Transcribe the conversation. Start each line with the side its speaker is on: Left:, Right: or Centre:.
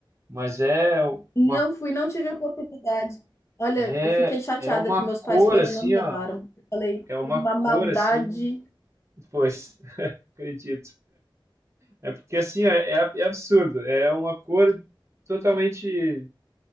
Right: Mas é
Left: Não
Right: uma
Left: fui, não tive a oportunidade. Olha,
Right: É,
Left: eu fiquei chateada
Right: é uma
Left: que meus
Right: cor
Left: pais foram
Right: assim,
Left: e não me
Right: ó.
Left: levaram. Falei,
Right: É uma
Left: "É uma maldade.
Right: cor assim. Pois, <laughs> acredito. É porque assim, ó, é, ab- é absurdo. É uma cor totalmente